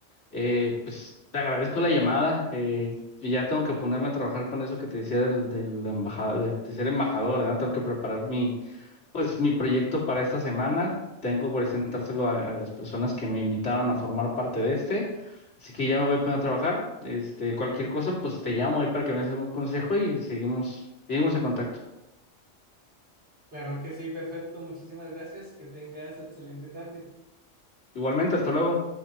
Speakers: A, on the left; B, on the right.
A: Eh, pues te agradezco la llamada, eh, y ya tengo que ponerme a trabajar con eso que te decía del, de la embajada, de, de ser embajador, ¿verdad? Tengo que preparar mi Pues mi proyecto para esta semana, tengo que presentárselo a, a las personas que me invitaron a formar parte de este, así que ya me voy a poner a trabajar. Este, cualquier cosa, pues te llamo ahí para que me des algún consejo y seguimos, seguimos en contacto.
B: Claro que sí, perfecto. Muchísimas gracias. Que tengas excelente tarde.
A: Igualmente, hasta luego.